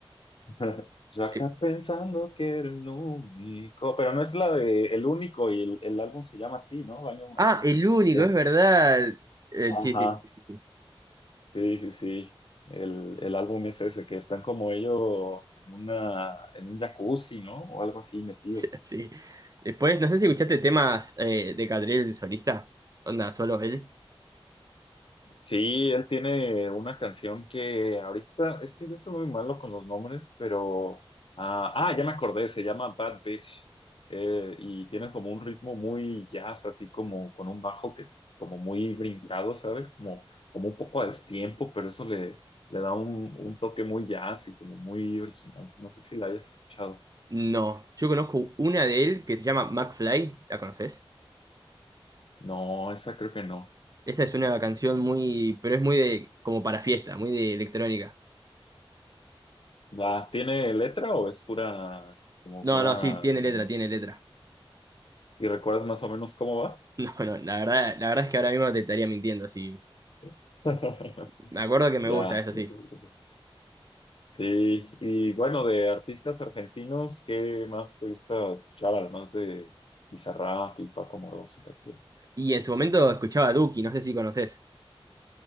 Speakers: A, on the left; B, on the right.
A: <laughs> Yo acá
B: Eh,
A: pensando que era el único, pero no es la de El Único y el, el álbum se llama así, ¿no? Baño Madre.
B: ah, el único,
A: Eh,
B: es verdad. Eh,
A: Ajá,
B: sí, sí, sí, sí, sí.
A: sí, sí, sí. El, el álbum es ese, que están como ellos en una, en un jacuzzi, ¿no? O algo así metidos.
B: <laughs> Sí. Después, no sé si escuchaste temas eh, de Catriel el solista. Onda, solo él.
A: Sí, él tiene una canción que ahorita, es que yo soy muy malo con los nombres, pero... Ah, ah, ya me acordé, se llama Bad Bitch. eh, y tiene como un ritmo muy jazz, así como con un bajo que como muy brincado, ¿sabes? Como, como un poco a destiempo, pero eso le, le da un, un toque muy jazz y como muy original. No sé si la hayas escuchado.
B: No, yo conozco una de él que se llama McFly, ¿la conoces?
A: No, esa creo que no.
B: Esa es una canción muy, pero es muy de, como para fiesta, muy de electrónica.
A: ¿La tiene letra o es pura, como
B: No,
A: pura
B: no, sí, tiene
A: música?
B: letra, tiene letra. <laughs>
A: ¿Y recuerdas más o menos cómo va?
B: No, no, la verdad, la verdad es que ahora mismo te estaría mintiendo, sí.
A: <laughs>
B: Me acuerdo que me
A: Ya,
B: gusta, eso
A: no
B: sí.
A: te preocupes. Sí, y bueno, de artistas argentinos, ¿qué más te gusta escuchar? Además de Bizarrap y Paco Moroso, que te-
B: Y en su momento escuchaba a Duki, no sé si conoces.